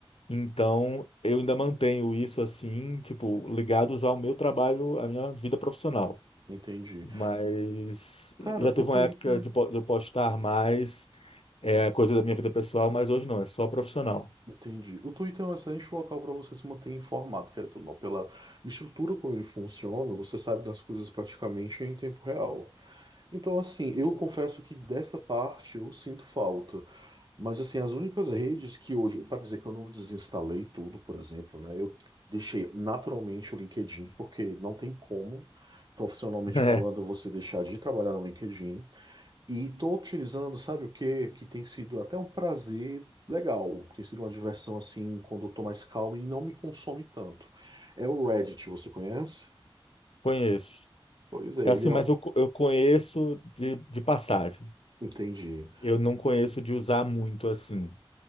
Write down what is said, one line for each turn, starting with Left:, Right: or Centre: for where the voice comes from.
Left: Então, eu ainda mantenho isso assim, tipo, ligados ao meu trabalho, à minha vida profissional.
Right: entendi.
Left: Mas
Right: Cara,
Left: já teve
Right: o Twitter,
Left: uma época de, po- de eu postar mais, é coisa da minha vida pessoal, mas hoje não, é só profissional.
Right: entendi. O Twitter é um excelente local para você se manter informado, querendo ou não, pela estrutura como ele funciona, você sabe das coisas praticamente em tempo real. Então, assim, eu confesso que dessa parte eu sinto falta. Mas, assim, as únicas redes que hoje, para dizer que eu não desinstalei tudo, por exemplo, né, eu deixei naturalmente o LinkedIn, porque não tem como, profissionalmente
Left: <laughs>
Right: falando,
Left: É,
Right: você deixar de trabalhar no LinkedIn. E estou utilizando, sabe o que Que tem sido até um prazer legal. Tem sido uma diversão assim, quando eu tô mais calmo e não me consome tanto. É o Reddit, você conhece?
Left: conheço.
Right: Pois é,
Left: É
Right: ele
Left: assim,
Right: é.
Left: mas
Right: o-
Left: eu, co- eu conheço de, de passagem.
Right: Entendi.
Left: Eu não conheço de usar muito assim.